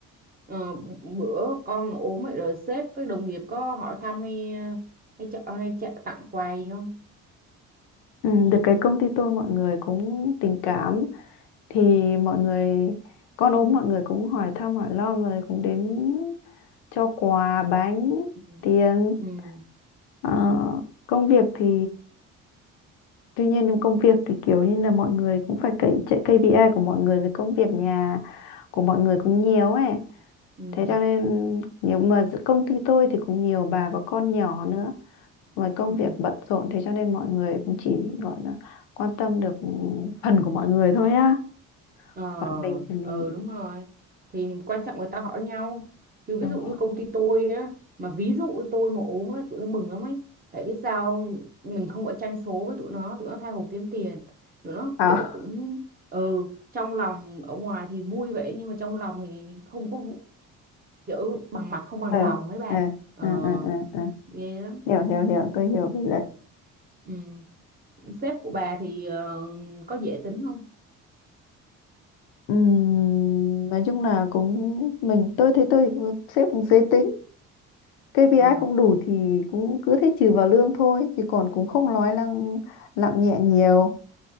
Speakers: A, on the right; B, on the left.
A: Ờ, bữa con ốm vậy rồi sếp với đồng nghiệp có hỏi thăm hay ờ, hay, cho- hay, cho- tặng quà gì không
B: Ừ, được cái công ty tôi mọi người cũng tình cảm thì mọi người con ốm mọi người cũng hỏi thăm hỏi lo rồi cũng đến cho quà bánh
A: ừ.
B: tiền
A: Ừ.
B: Ờ,
A: Ừ.
B: công việc thì tuy nhiên nhưng công việc thì kiểu như là mọi người cũng phải cậy chạy KPI của mọi người rồi công việc nhà của mọi người cũng nhiều ấy
A: Ừ.
B: thế cho nên nhiều mà giữa công ty tôi thì cũng nhiều bà có con nhỏ nữa với công
A: Ừ.
B: việc bận rộn thế cho nên mọi người cũng chỉ gọi là quan tâm được phần của mọi người thôi á
A: Ờ,
B: còn mình thì mình
A: ờ đúng rồi. Thì quan trọng người ta hỏi nhau. Chứ ví
B: đúng
A: dụ
B: không
A: như công ty tôi á, mà ví dụ tôi mà ốm ấy, tụi nó mừng lắm ấy. Tại biết sao không? mình không phải tranh số với tụi nó, tụi nó tha hồ kiếm tiền. Tụi nó
B: à
A: kiểu cũng ừ, trong lòng ở ngoài thì vui vậy nhưng mà trong lòng thì không có vụ- kiểu bằng mặt không bằng
B: ừ
A: lòng ấy bà.
B: ừ
A: Ờ,
B: ừ ừ ừ ừ.
A: ghê lắm.
B: hiểu hiểu hiểu tôi hiểu với lại
A: Ừ. Sếp của bà thì ờ, có dễ tính không?
B: Ừm, nói chung là cũng mình tôi thấy tôi cũng- sếp cũng dễ tính KPI
A: Ờ.
B: không đủ thì cũng cứ thế trừ vào lương thôi chứ còn cũng không nói năng nặng nhẹ nhiều